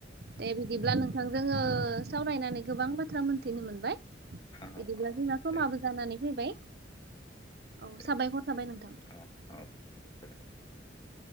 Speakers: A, on the right (about 55°); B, on the left (about 25°).
A: दे बिदिब्ला नोंथां जोङो सावरायनानै गोबां बाथ्रा मोन्थिनो मोनबाय।
B: औ औ
A: बिदिब्ला
B: औ
A: जोंना समाबो
B: दे
A: जानानै फैबाय औ
B: दे
A: साबायखर साबाय नोंथां।
B: औ औ <unintelligible>